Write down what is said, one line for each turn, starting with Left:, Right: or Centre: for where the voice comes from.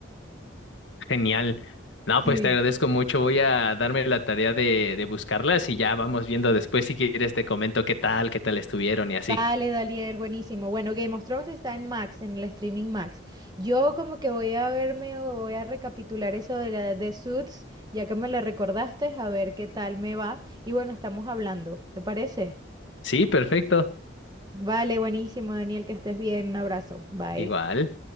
Left: Genial. No,
Right: Sí.
Left: pues te agradezco mucho. Voy a darme la tarea de, de buscarlas y ya vamos viendo después si quieres te comento qué tal, qué tal estuvieron y así.
Right: Vale, Daniel, buenísimo. Bueno, Game of Thrones está en Max, en el streaming Max. Yo como que voy a verme o voy a recapitular eso de la de Suits, ya que me la recordaste, a ver qué tal me va. Y bueno, estamos hablando, ¿te parece?
Left: Sí, perfecto.
Right: Vale, buenísimo, Daniel, que estés bien. Un abrazo. Bye.
Left: Igual.